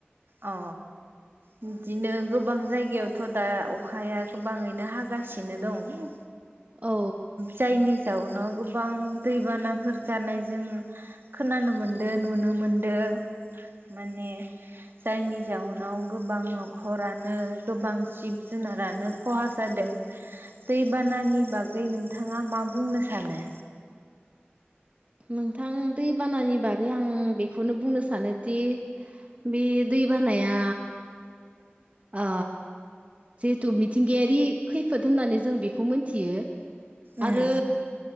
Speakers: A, on the right; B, on the right.
A: अ बिदिनो गोबां जायगायावथ' दा अखाया गोबाङैनो हागासिनो दं ओ
B: औ
A: जायनि जाउनाव गोबां दैबानाफोर जानाय जों खोनानो मोनदों नुनो मोनदों माने जायनि जाउनाव गोबां न'खरानो गोबां जिब-जुनारानो ख'हा जादों
B: <inaudible>
A: दैबानानि बागै नोंथाङा मा बुंनो सानो?
B: नोंथां दैबानानि बागै आं बेखौनो बुंनो सानोदि बे दै बानाया आ जिहेथु मिथिंगायारि खैफोद होननानै जों बेखौ मिथियो
A: उम
B: आरो